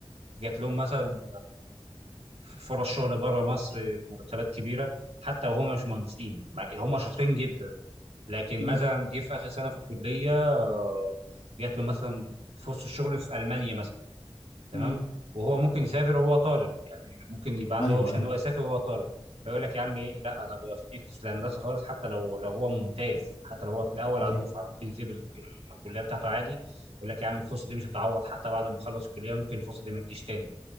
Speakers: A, on the right (about 85°); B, on the left (about 80°).
A: جات لهم مثلا فرص شغل بره مصر مرتبات كبيره حتى وهم مش مهندسين مع- هم شاطرين جدا لكن
B: امم
A: مثلا جه في اخر سنه في الكليه آه، جات له مثلا فرصه شغل في المانيا مثلا تمام
B: امم
A: وهو ممكن يسافر وهو طالب يعني ممكن يبقى عنده
B: ايوه
A: اوبشن
B: ايوه
A: ان هو يسافر وهو طالب فيقول لك يا عم ايه لا انا بفكس الهندسه خالص حتى لو لو هو ممتاز حتى لو هو الاول على
B: ايوه
A: الدفعه ممكن يسيب ال- ال- الكليه بتاعته عادي يقول لك يا عم الفرصه دي مش هتعوض حتى بعد ما اخلص الكليه ممكن الفرصه دي ما تجيش تاني